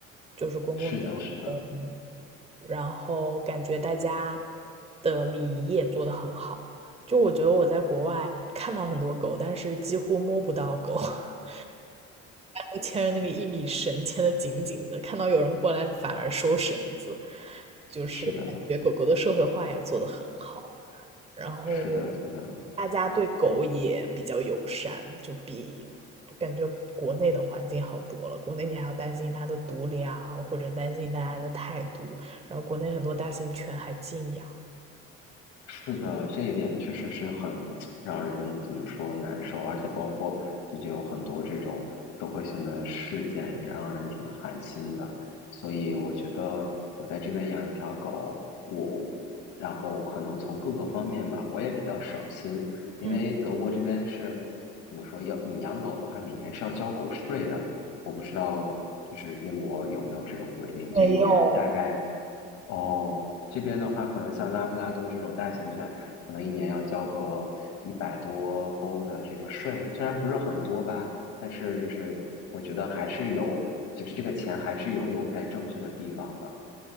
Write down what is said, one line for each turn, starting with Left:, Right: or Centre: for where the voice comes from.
Right: 就是公共交通，
Left: 是的，是的，
Right: 然后感觉大家的礼仪也做得很好。就我觉得我在国外看到很多狗，但是几乎摸不到狗。<laughs> 都牵着那个一米绳牵得紧紧的，看到有人过来，它反而收绳子，就是感觉狗狗的社会化也做得很好，
Left: 是的，
Right: 然后
Left: 是的，是的。
Right: 大家对狗也比较友善，就比感觉国内的环境好多了。国内你还要担心它的毒粮，或者担心大家的态度，然后国内很多大型犬还禁养。
Left: 是的，这一点确实是很 <tsk> 让人怎么说难受，而且包括最近有很多这种社会性的事件，也让人挺寒心的。所以我觉得我在这边养一条狗，我然后可能从各个方面吧，我也比较省心，因为德国这边是
Right: 嗯，
Left: 怎么说，要你养狗的话，每年是要交狗税的。我不知道就是英国有没有这种规定，就一年大概。
Right: 没有，
Left: 哦，这边的话，可能像拉布拉多这种大型犬，可能一年要交个一百多欧的这个税，虽然不是很多吧，但是就是我觉得还是有，就是这个钱还是有用在正确的地方的。